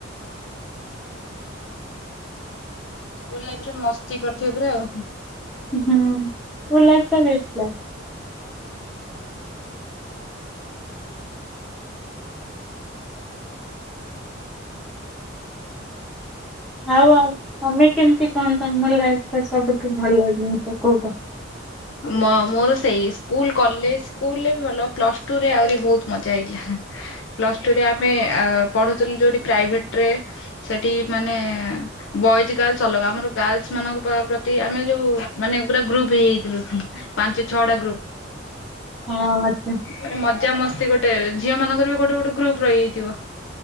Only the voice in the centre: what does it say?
ହୁଁ ସ୍କୁଲ୍ ଲାଇଫଟା ବେଷ୍ଟ ଲାଇଫ୍। ଆଉ ଆଉ ତମେ କେମିତି କଣ ତମ ଲାଇଫରେ ସବୁଠୁ ଭଲ ଜିନିଷ କୋଉଟା?
ହଁ ଆଛା।